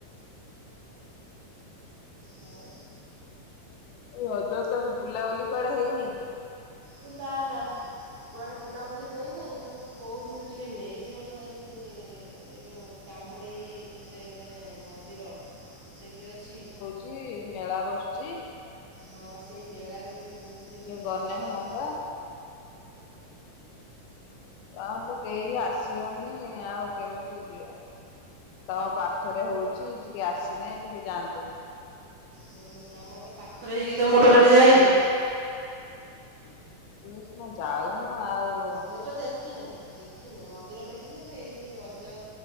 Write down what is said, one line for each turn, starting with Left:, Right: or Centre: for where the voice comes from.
Right: ଆଉ?
Left: ଏଇ ହଜ ତାରେ ବୁଲାବୁଲି କୁଆଡେ ହେଇନି?
Right: ହେ ନା ନା। କୁଆଡ଼େ ବୁଲାବୁଲି ହେଇନି ମୁଁ କହୁଥିଲି ଟିକେ ନେଇଯିବ ଟିକେ ଆସିକି। ଗୋଟେ ଯୋଉ। କାମୁଡ଼େଇ ଗୋଟେ ମାନେ ମନ୍ଦିର ସେଇଠି ଅଛି।
Left: ଚି ମେଳା ବସୁଛି।
Right: ହଁ ସେଇ ମେଳା କୁ ଟିକେ କହୁଥିନି ଟିକେ ବୁଲେଇ
Left: ଗନେ
Right: ନବାକୁ
Left: ହୁଅନ୍ତା ତାଙ୍କର ତ କେହି ଆସିବନି ଆଉ କେମିତି ଯିବା। ତାଙ୍କ ପାଖରେ ହଉଚି ଟିକେ ଆସିନେ ଟିକେ ଯାଆନନ୍ତେ।
Right: ହୁଁ ଆମର ତ ପାଖରେ ହେଇକି ତ ମୁଁ ଟୋଟାଲି ଯାଇନେଇ।
Left: ଆ ଉଁ। ତୁସିନା ଯାଉନୁ ଆଉ
Right: ମୁଁ ତ ଦେଖିନେଇ ଦେଖିନେଇ ମନ୍ଦିର ଦେଖିଚି କିନ୍ତୁ ଏଇ ଯୋଉ ରଜ